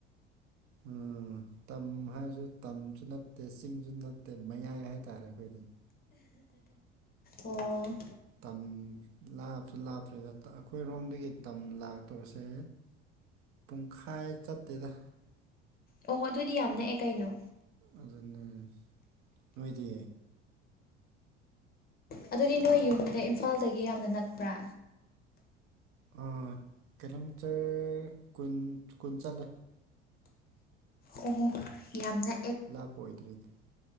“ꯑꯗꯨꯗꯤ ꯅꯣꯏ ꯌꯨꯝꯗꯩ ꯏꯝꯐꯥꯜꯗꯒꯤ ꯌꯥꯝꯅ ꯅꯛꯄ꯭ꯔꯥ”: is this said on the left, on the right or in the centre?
Left